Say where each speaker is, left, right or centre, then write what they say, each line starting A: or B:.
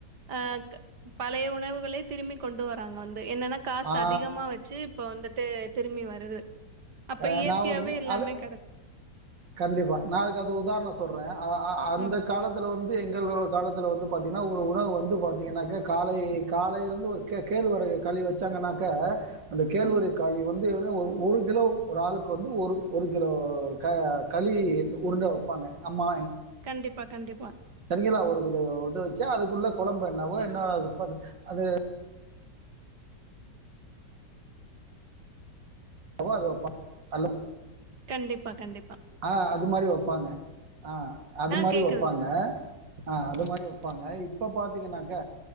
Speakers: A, on the right; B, on the right.
A: ஆ க பழைய உணவுகளே திரும்பி கொண்டு வராங்கே வந் து என்னெனா காஸ்
B: ஆ
A: அதிகமா வெச்சு இப்ப வந்துட்டூ திருமி வருது அப்ப
B: அ
A: இயற்கையாவே
B: நான் ஒரு
A: எல்லாமே
B: அது
A: கெடக்கு
B: கண்டிப்பா நா அதுக்கு அது ஒரு உதாரணம் சொல்றேன் ஆ அந்தேக்
A: ம்
B: காலத்துலே வந்தூ ந்து எங்களோட காலத்துலே வந்து பாத்தீங்னா ஒரு உணவு வந்து பாத்தீங்கனாகே காலை காலைலிந்து ஒரு கே கேள்வரகு களி வெச்சாங்கனாகே அந்த கேள்வரகு
A: ம்
B: களி வந்து த ஓ ஒரு கிலோ ஒரு ஆளுக்கு வந்து ஒரு ஒரு கிலோ ட களி உருண்ட வப்பாங்க அம்மா
A: கண்டிப்பா கண்டிப்பா
B: சங்கில்லா ஒரு <unintelligible> இத வச்சு அதுக்குள்ள கொழம்பேன்னவோ என்ன அது பது அது நவோ அது வெப்பாங் கல்லு
A: கண்டிப்பா கண்டிப்
B: ஆ அது மாரி வெப்பாங்க ஆ அது
A: ஆ
B: மாரி
A: கேக்குது
B: வெப்பாங்க
A: தோழி
B: ஆ அது மாரி வெப்பாங்க இ இப்ப பாத்தீங்கன்னாக்க